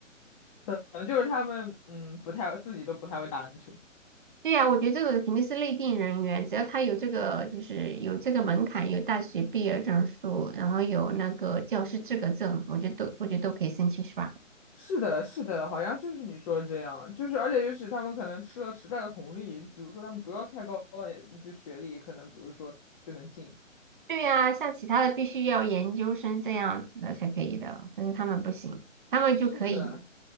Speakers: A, on the left; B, on the right.
A: 可能就是他们嗯不太自己都不太会打篮球。
B: 对呀，我觉得这个肯定是内定人员，只要他有这个就是有这个门槛，有大学毕业证书，然后有那个教师资格证，我觉得都我觉得都可以申请，是吧？
A: 是的，是的，好像就是你说的这样，就是而且就是他们可能吃了时代的红利，就比如说他们不要太高的就学历，可能比如说就能进。
B: 对呀、像其他的必须要研究生这样子的才可以的，但是他们不行，他们就可以。
A: 是的。